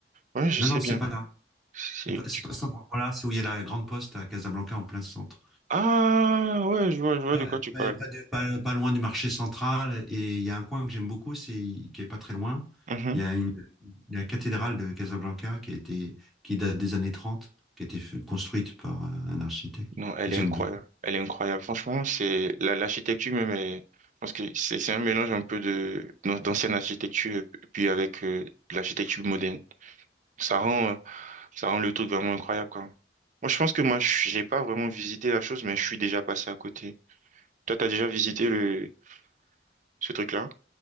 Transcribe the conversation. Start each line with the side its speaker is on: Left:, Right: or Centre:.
Right: Ouais, je
Centre: Non,
Right: sais
Centre: non, c'est
Right: bien.
Centre: pas là.
Right: C'est,
Centre: C'est pas, c'est
Right: tu-
Centre: pas cet endroit-là. C'est où il y a la grande poste à Casablanca en plein centre.
Right: Ah, ouais, je vois, je vois
Centre: Ah,
Right: de quoi tu parles.
Centre: ouais, pas, de- pas- pas loin du marché central. Et il y a un coin que j'aime beaucoup, c'est qui est pas très loin.
Right: Mhm.
Centre: Il y a une, la cathédrale de Casablanca qui a été, qui date des années 30, qui a été f- construite par euh, un architecte.
Right: Non, elle
Centre: que J'aime
Right: est incroyable.
Centre: beaucoup.
Right: Elle est incroyable. Franchement, c'est, la, l'architecture même est, je pense que c'est, c'est un mélange un peu de, d'an- d'ancienne architecture, puis avec, euh, de l'architecture moderne. Ça rend, euh, ça rend le truc vraiment incroyable, quoi. Moi, je pense que moi, je j'ai pas vraiment visité la chose, mais je suis déjà passé à côté. Toi, t'as déjà visité le, ce truc-là?